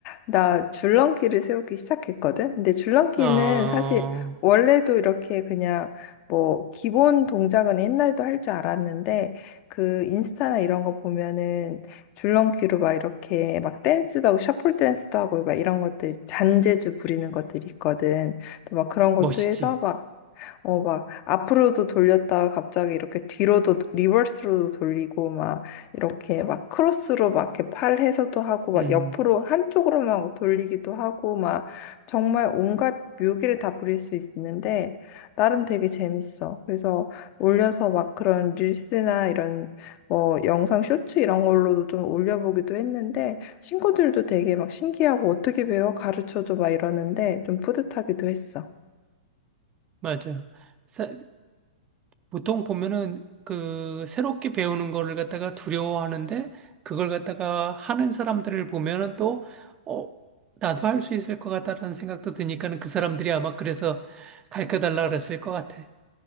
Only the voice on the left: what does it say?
나 줄넘기를 새롭게 시작했거든? 근데 줄넘기는
사실 원래도 이렇게 그냥 뭐 기본 동작은 옛날에도 할 줄 알았는데 그 인스타나 이런 거 보면은 줄넘기로 막 이렇게 막 댄스도 하고 셔플 댄스도 하고 막 이런 것들 잔재주 부리는 것들이 있거든. 또 막 그런 것도
해서 어, 막, 앞으로도 돌렸다가 갑자기 이렇게 뒤로도, 리버스로도 돌리고, 막, 이렇게 막, 크로스로 막, 이렇게 팔 해서도 하고, 막,
옆으로, 한쪽으로만 돌리기도 하고, 막, 정말 온갖 묘기를 다 부릴 수 있는데, 나름 되게 재밌어. 그래서 올려서 막 그런 릴스나 이런, 뭐, 영상 쇼츠 이런 걸로도 좀 올려보기도 했는데, 친구들도 되게 막 신기하고, 어떻게 배워? 가르쳐줘? 막 이러는데, 좀 뿌듯하기도 했어.